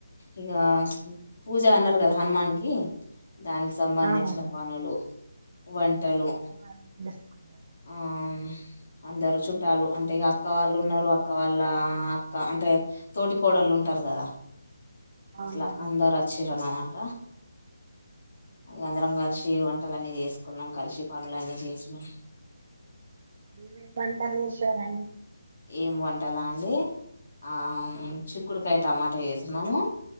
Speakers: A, on the left; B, on the right.
A: ఇక ప్చ్ పూజ అన్నారు కదా హనుమాన్ కి దానికి సంబంధించిన
B: ఆహా
A: పనులు వం వంటలు
B: అవన్నీ చేసుకున్నారు
A: ఉమ్ అందరు చుట్ట చుట్టాలు అంటే ఇ అక్క వాళ్ళు ఉన్నారు, అక్క వాళ్ళ అక్క అంటే తోటి కోడళ్ళు ఉంటారు, కదా
B: అవునవును
A: అట్లా అందరు వచ్చిర్రు అనమాట అ అందరం కలిసి కలిసి వంటలన్నీ చేసుకున్నాం కలిసి పనులన్నీ చేసినం
B: ఏమేమి వంటలు చేసారండి
A: ఏమి వంటలా అండి ఆ చిక్కుడుకాయ టమాటా చేసినాము